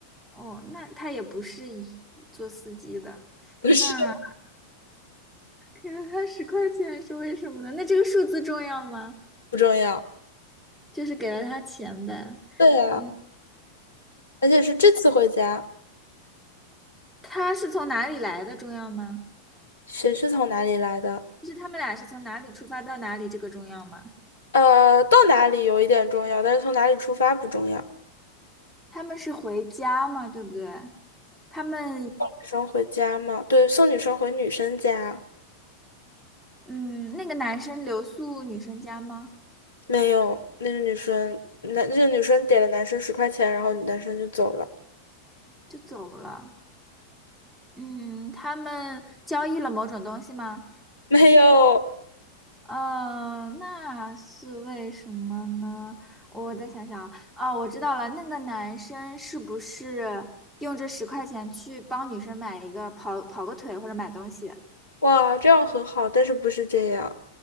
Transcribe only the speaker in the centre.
哦，那他也不是一做司机的，
那给了他十块钱是为什么呢？那这个数字重要吗？
就是给了他钱呗。
嗯，
他是从哪里来的重要吗？
就是他们俩是从哪里出发到哪里，这个重要吗？
他们是回家吗？对不对？他们，
嗯，那个男生留宿女生家吗？
就走了。嗯，他们交易了某种东西吗？
呃，那是为什么呢？我再想想啊，哦，我知道了，那个男生是不是用这十块钱去帮女生买一个跑跑个腿或者买东西